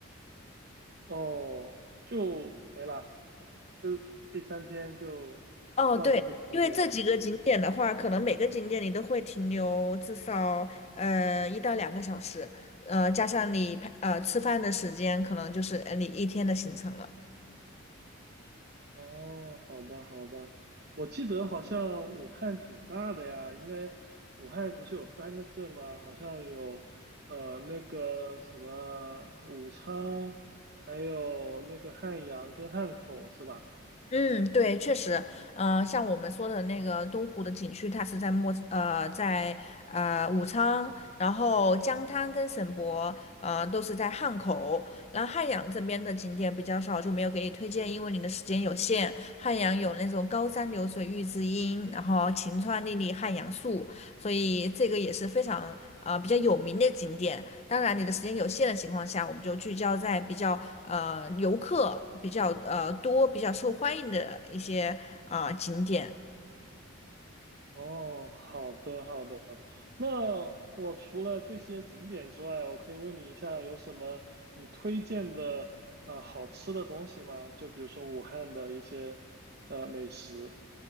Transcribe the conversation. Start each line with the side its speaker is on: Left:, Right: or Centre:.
Right: 哦，就没了，这第三天就逛一个景点了。
Left: 哦，对，因为这几个景点的话，可能每个景点你都会停留至少呃一到两个小时，呃加上你拍呃吃饭的时间，可能就是呃你一天的行程了。
Right: 哦，好吧，好吧，我记得好像武汉挺大的呀，应该武汉不是有三个镇吗？好像有呃那个什么武昌，还有那个汉阳跟汉口是吧？
Left: 嗯，对，确实，嗯、像我们说的那个东湖的景区，它是在墨，呃，在呃武昌，然后江滩跟省博，呃，都是在汉口。然后汉阳这边的景点比较少，就没有给你推荐，因为你的时间有限。汉阳有那种高山流水遇知音，然后晴川历历汉阳树，所以这个也是非常呃比较有名的景点。当然，你的时间有限的情况下，我们就聚焦在比较呃游客比较呃多、比较受欢迎的一些啊、呃景点。
Right: 哦，好的好的。那我除了这些景点之外，我可以问你一下，有什么你推荐的呃好吃的东西吗？就比如说武汉的一些呃美食。